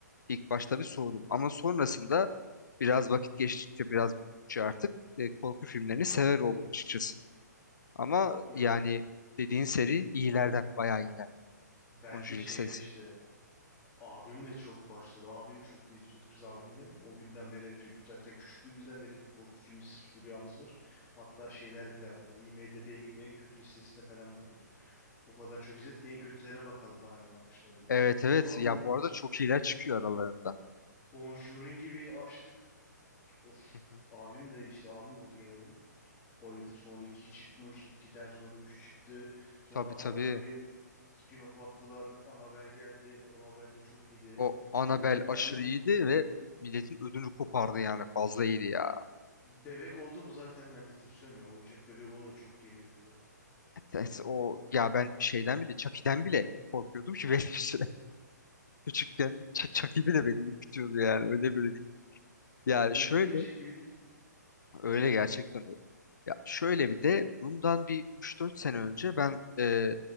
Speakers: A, on the left; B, on the left.
A: İlk başta bir soğudum ama sonrasında biraz vakit geçtikçe biraz büyüdükçe artık e, korku filmlerini sever oldum açıkçası. Ama
B: Ya
A: yani dediğin seri iyilerden bayağı iyiler.
B: ben
A: Conjuring
B: de şeyle
A: serisi.
B: işte abimle çok başladı. Abim çok da izliyorduk biz abimle. O günden beri hep zaten küçüklüğümüzden beri hep korku filmi furyamız var. Hatta şeyler bile var. ya, IMDb'ye girip en kötü listesine falan bakıyorduk. O kadar çok izledik. En kötülerine bakalım bari ne yapmışlar diye.
A: Evet evet
B: Sonra
A: ya
B: bu
A: bu arada çok iyiler çıkıyor aralarında.
B: Conjuring'i bir açtık. Of
A: Hı hı.
B: abim de işte abim buldu gene bunu. Bayıldık. Sonra 2 çıkmış. 2'den sonra 3 çıktı. Sonra
A: Tabii tabii
B: arada bir spin-off attılar. Annabelle geldi. Annabelle de çok iyiydi.
A: o Annabelle
B: Ve
A: aşırı
B: yani
A: iyiydi ve milletin ödünü kopardı yani fazla iyiydi ya.
B: bebek oldu mu zaten ben bir tırsıyorum ya. Oyuncak bebek olayı çok geriyor beni zaten.
A: Evet, o ya ben şeyden bile Chucky'den bile korkuyordum ki benim için <laughs> küçükken Ch- Chucky bile beni ürkütüyordu yani öyle böyle değil. Yani
B: Belki ürkütmeyecek
A: şöyle
B: gibi değil.
A: Öyle gerçekten öyle. Ya şöyle bir de bundan bir üç dört sene önce ben e,